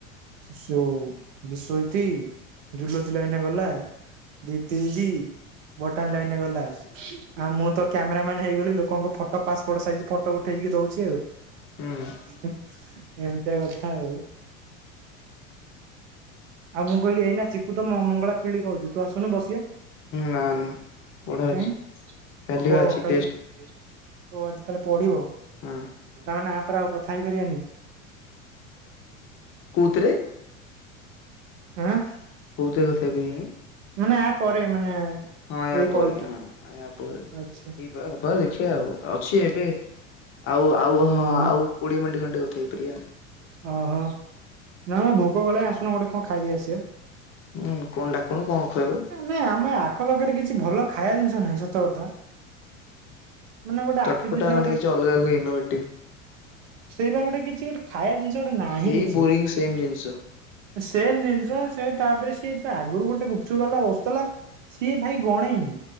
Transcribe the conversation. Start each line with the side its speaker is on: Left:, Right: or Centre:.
Right: ସୋ ବିଶ୍ୱଜିତ୍ ଜୁଲୋଜୀ ଲାଇନ୍ ରେ ଗଲା। ଜ୍ୟୋତି ଦିଦି ବଟାନି ଲାଇନରେ ଗଲା ଆଉ ମୁଁ ତ କ୍ୟାମେରା ମାନ୍ ହେଇଗଲି ଲୋକଙ୍କ ଫଟୋ ତ ପାସପୋର୍ଟ ସାଇଜ୍ ଫଟୋ ଉଠେଇକି ଦଉଚି ଆଉ।
Left: ହୁଁ
Right: ଏମିତିଆ କଥା ଆଉ। ଆଉ ମୁଁ କହିଲି ଏଇ ନା ଚିକୁ ତ ମ-ମଙ୍ଗଳା ଖୁଳି କହୁଚି ତୁ ଆସୁନୁ ବସିବା।
Left: ନା ନା ପଢା
Right: କାଇଁ
Left: ଅଛି କାଲି ବା
Right: ଓ
Left: ଅଛି
Right: କାଲିଆ
Left: ଟେଷ୍ଟ
Right: ଓ ଆଜି ତାହେଲେ ପଡିବ
Left: ହଁ
Right: ତାମାନେ ଆପ୍ ରେ ଆଉ କଥା ହେଇପାରିବାନି।
Left: କଉତିରେ?
Right: ଆଁ।
Left: କୋଉଥିରେ କଥା ହେଇପାରିବାନି
Right: ମାନେ ଆ ପରେ ମାନେ
Left: ହଁ ୟା
Right: ଏଇ
Left: ପରେ
Right: କଲ୍
Left: ହଁ ୟା ପରେ।
Right: ଆଚ୍ଛା।
Left: ହବା ହବା ଦେଖିବା ଆଉ ଅଛି ଏବେ ଆଉ ଆଉ
Right: ହୁଁ
Left: ହଁ ଆଉ କୋଡ଼ିଏ ମିନିଟ ଖଣ୍ଡେ କଥା ହେଇ ପାରିବା।
Right: ଓହୋ ନା ମ ଭୋକ କଲାନି ଆସୁନ ଗୋଟେ କଣ ଖାଇଦେଇ ଆସିବା।
Left: ହୁଁ କଣ ଡାକୁନୁ କଣ୍ ଖୁଆଇବ?
Right: ନାଇଁ ଆମେ ଆଖପାଖରେ କିଛି ଭଲ ଖାଇବା ଜିନିଷ ନାହିଁ ସତ କଥା। ମାନେ ଗୋଟେ
Left: ଚଟ୍
Right: ଆଖି
Left: ପଟା
Right: ଦୁଶିଆ
Left: ମାନେ କିଛି ଅଲଗା ଅଲଗି ଇନୋଭେଟିଭ।
Right: ସେଇପା ଗୋଟେ କିଛି ଗୋଟେ ଖାଇବା ଜିନିଷ ଗୋଟେ ନାହିଁ
Left: ସେଇ
Right: କିଛି।
Left: ବୋରିଂ ସେମ ଜିନିଷ
Right: ସେମ୍ ଜିନିଷ ସେ ତାପରେ ସିଏ ହେଇଥିବ ଆଗରୁ ଗୋଟେ ଗୁପ ଗୁପଚୁପ ବାଲା ବସୁଥିଲା ସିଏ ଭାଇ ଗଣେଇନି